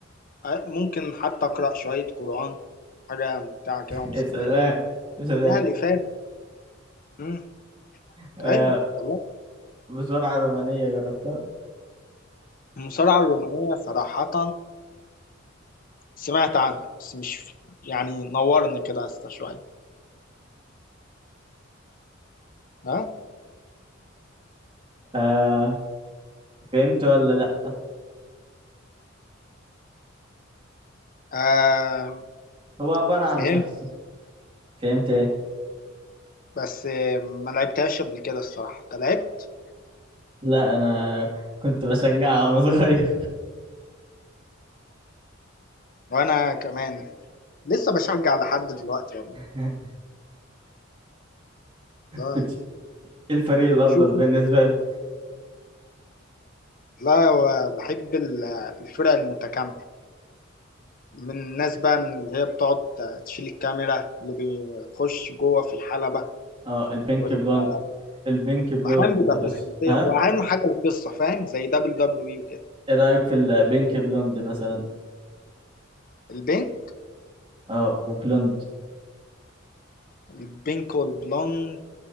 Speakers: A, on the left (about 45°); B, on the right (about 25°).
A: آه، ممكن حتى أقرأ شوية قرآن حاجة ممتعة كده ومسلية
B: يا سلام يا سلام
A: ليها الإفادة مم.
B: آه
A: أيوه والله
B: بسرعة رومانية جربتها
A: المصارعة الرومانية صراحة سمعت عنها بس مش يعني نورني كده استا شوية ها
B: آه فهمت ولا لا
A: آه
B: هو عبارة عن
A: فهمت
B: شخص فهمت ايه
A: بس آه، ما لعبتهاش قبل كده الصراحة انت لعبت
B: لا انا كنت بشجعها وانا صغير
A: وانا كمان لسه بشجع لحد دلوقتي والله
B: <laughs>
A: لا
B: بت... إيه الفريق الافضل
A: شوفوا
B: بالنسبة لك
A: لا هو بحب ال- الفرق المتكاملة من الناس بقى من اللي هي بتقعد تشيل الكاميرا اللي بيخش جوه في الحلبة
B: اه البينك
A: وال-
B: بلوند البينك بلود
A: واحيانا بيبقى
B: بس
A: في الخلفية
B: ها
A: واهم حاجة القصة فاهم زي دبليو دبليو اي وكده
B: ايه رأيك في البينك بلوند مثلا
A: البينك
B: اه وبلوند
A: البينك والبلوند